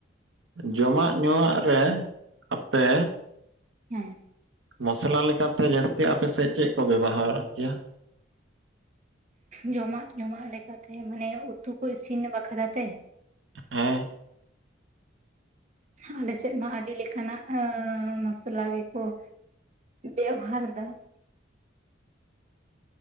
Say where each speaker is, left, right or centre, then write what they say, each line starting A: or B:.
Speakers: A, on the right; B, on the right.
A: ᱡᱚᱢᱟᱜ ᱧᱩᱣᱟᱜ ᱨᱮ ᱟᱯᱮ
B: ᱦᱮᱸ
A: ᱢᱚᱥᱞᱟ ᱞᱮᱠᱟᱛᱮ ᱡᱟᱹᱥᱛᱤ ᱟᱯᱮᱥᱮᱫ ᱪᱮᱫ ᱠᱚ ᱵᱮᱵᱚᱦᱟᱨᱚᱜ ᱜᱮᱭᱟ?
B: ᱡᱚᱢᱟᱜ ᱧᱩᱟᱜ ᱞᱮᱠᱟᱛᱮ ᱢᱟᱱᱮ ᱩᱛᱩ ᱠᱚ ᱤᱥᱤᱱ ᱵᱟᱠᱷᱨᱟ ᱛᱮ᱾
A: ᱦᱮᱸ
B: ᱟᱞᱮ ᱥᱮᱫ ᱢᱟ ᱟᱹᱰᱤ ᱞᱮᱠᱟᱱᱟᱜ ᱮᱸ ᱢᱚᱥᱞᱟ ᱜᱮᱠᱚ ᱵᱮᱣᱦᱟᱨ ᱫᱟ᱾